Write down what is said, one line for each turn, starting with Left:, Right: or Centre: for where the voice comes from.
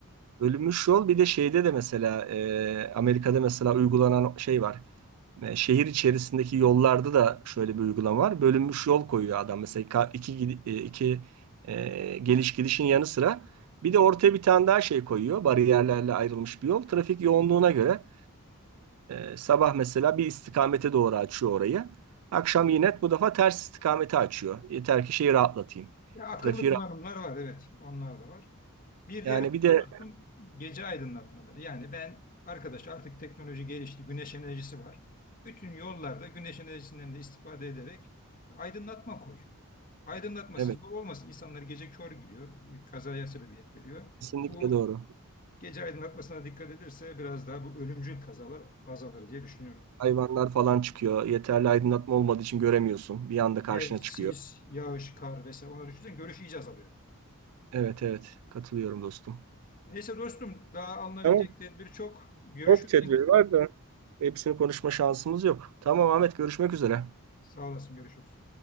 Right: Bölünmüş yol bir de şeyde de mesela e, Amerika'da mesela uygulanan şey var. E, şehir içerisindeki yollarda da şöyle bir uygulama var. Bölünmüş yol koyuyor adam. Mesela ka- iki, gidi- e, iki e, geliş gidişin yanı sıra bir de ortaya bir tane daha şey koyuyor. Bariyerlerle ayrılmış bir yol. Trafik yoğunluğuna göre e, sabah mesela bir istikamete doğru açıyor orayı. Akşam yine bu defa ters istikamete açıyor. Yeter ki şeyi rahatlatayım.
Left: Ya akıllı
Right: Trafiği
Left: kullanımlar
Right: rahat-
Left: var evet onlar da var. Bir
Right: Yani
Left: diğer husus
Right: bir de
Left: da dostum gece aydınlatmaları. Yani ben arkadaş artık teknoloji gelişti güneş enerjisi var. Bütün yollarda güneş enerjisinden de istifade ederek aydınlatma koy. Aydınlatmasız
Right: evet
Left: yol olmasın. İnsanlar gece kör gidiyor. e, Kazaya sebebiyet veriyor.
Right: kesinlikle
Left: Bu
Right: doğru.
Left: gece aydınlatmasına dikkat edilirse biraz daha bu ölümcül kazalar azalır diye düşünüyorum.
Right: Hayvanlar falan çıkıyor. Yeterli aydınlatma olmadığı için göremiyorsun. Bir anda karşına
Left: Bir de sis,
Right: çıkıyor.
Left: yağış, kar vesaire onları düşünsen görüş iyice azalıyor.
Right: Evet evet katılıyorum dostum.
Left: Neyse dostum daha alınabilecek
Right: Tamam.
Left: tedbir çok. Görüşürüz
Right: Çok tedbir
Left: yine.
Right: var da Hepsini konuşma şansımız yok. Tamam Ahmet görüşmek üzere.
Left: Sağ olasın görüşürüz.